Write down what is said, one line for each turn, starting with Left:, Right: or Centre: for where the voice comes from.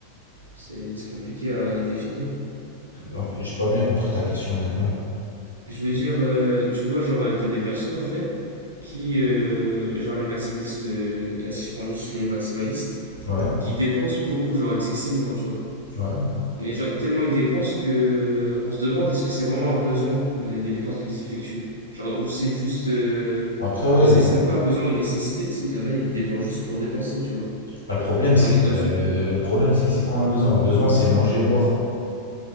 Right: c'est c'est compliqué à, à définir.
Left: En fait, j'ai pas bien compris ta question, honnêtement.
Right: Je veux dire, euh, tu vois, genre, euh, t'as des personnes, en fait, qui, euh, genre, les maximalistes, euh, là, si je prends juste les maximalistes,
Left: Ouais,
Right: qui dépensent beaucoup, genre, excessivement, tu vois.
Left: ouais.
Right: Mais genre, tellement ils dépensent que on se demande est-ce que c'est vraiment un besoin, les, les dépenses qu'ils effectuent. Genre, ou c'est juste. euh,
Left: Après, ouais,
Right: c'est c'est même pas un besoin ou une nécessité, tu sais. Il y en a, ils dépensent juste pour dépenser, tu vois.
Left: bah, le problème, c'est
Right: Genre, on
Left: que,
Right: est dans
Left: euh,
Right: une.
Left: le problème, c'est que c'est quoi un besoin? Un besoin, c'est manger, boire,